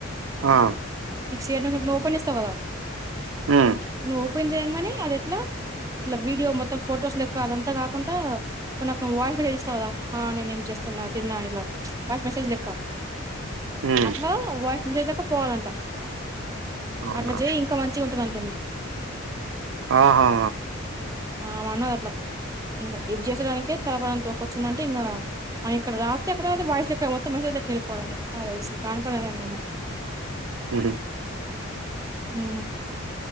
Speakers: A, on the right; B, on the right.
A: ఆ
B: నీకు షేర్ నొక్కితే నువ్వు ఓపెన్ చేస్తావ్ కదా
A: ఉమ్
B: నువ్వు ఓపెన్ చెయ్యంగనే ఇట్లా వీడియో మొత్తం ఫొటోస్ లెక్క అదంతా కాకుండా కొన్ని నాకు వాయిస్ మెసేజ్ ఇస్తావు కదా. నేను ఏం చేస్తున్నా తిన్నా ఇలా వాయిస్ మెసేజ్ లెక్క
A: ఉమ్
B: అట్లా వాయిస్ మెసేజ్ లెక్క పోవాలంట.
A: అవునా
B: అట్లా చేయి ఇంకా మంచిగ ఉంటది అంటుంది.
A: ఆహా
B: ఆమె అన్నది అట్లా. ఇంకా ఇది చేసేదానికే తల ప్రాణం తోకకి వచ్చిందంటే ఇంకా మనం ఇక్కడ రాస్తే అక్కడ వాయిస్ లెక్క మొత్తం మెసేజ్ లెక్క వెళ్లిపోవాలాంట. అది అసలు కానిపని అని అన్నాను.
A: ఉహు
B: అ